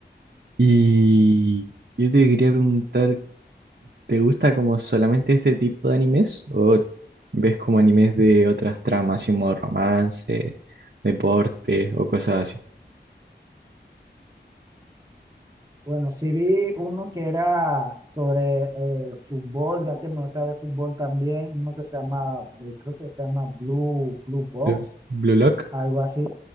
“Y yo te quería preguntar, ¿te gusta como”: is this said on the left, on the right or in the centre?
Right